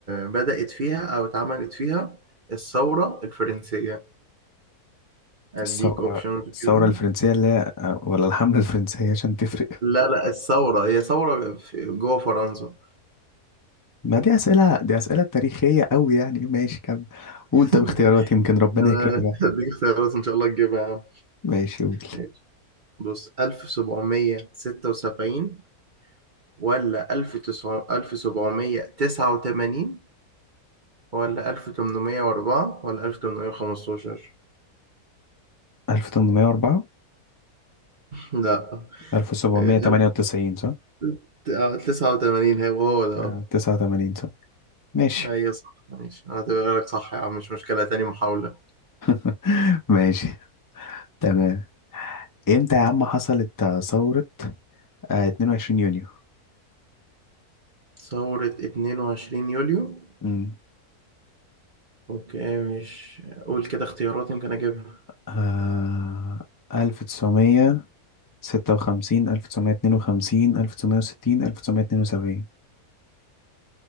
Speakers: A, on the right (about 40°); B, on the left (about 20°).
A: بدأت فيها او اتعملت فيها الثوره الفرنسيه اديك
B: الثورة
A: اوبشنز
B: الثورة
A: كده
B: الفرنسية اللي هي آه، ولا الحملة الفرنسية عشان تفرق
A: لا لا الثوره هي ثوره في- جوه فرنسا
B: ما دي أسئلة دي أسئلة تاريخية أوي يعني ماشي كم
A: <laughs>
B: قول طب اختيارات يمكن ربنا
A: أنا
B: يكرمك بقى.
A: هديك اختيارات ان شاء الله تجيبها يا عم
B: ماشي قول
A: ماشي. بص 1776 ولا 1789 ولا 1804 ولا 1815
B: 1804
A: لا
B: 1798
A: آه،
B: صح؟
A: 1089 هو هو ده
B: آه،
A: آه.
B: 89 صح؟ ماشي
A: ايوه صح ماشي هعتبرها لك صح يا عم مش مشكلة تاني محاولة
B: <laughs> ماشي تمام امتى يا عم حصلت آه، ثورة آه، 22 يونيو؟
A: ثورة 22 يوليو
B: مم.
A: اوكي مش قول كده اختيارات يمكن اجيبها
B: آه... 1956 1952 1960 1972